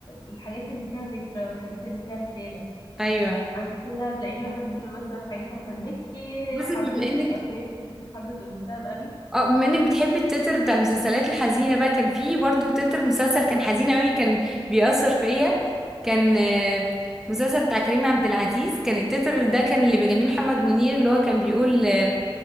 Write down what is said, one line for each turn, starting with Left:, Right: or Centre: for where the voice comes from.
Left: الحاجات اللي فيها فكره والحاجات اللي فيها رساله
Centre: ايوه
Left: عشان كده هتلاقيني بحب مثلا حاجات احمد مكي
Centre: بصي
Left: حضرة
Centre: بما انك
Left: اغنية حضرة المتهم ابي
Centre: اه بما انك بتحبي التتر بتاع المسلسلات الحزينه بقى كان في برضو تتر مسلسل كان حزين قوي كان بيأثر فيا كان آه، مسلسل بتاع كريم عبد العزيز كان التتر ده كان اللي بيغنيه محمد منير اللي هو كان بيقول آه،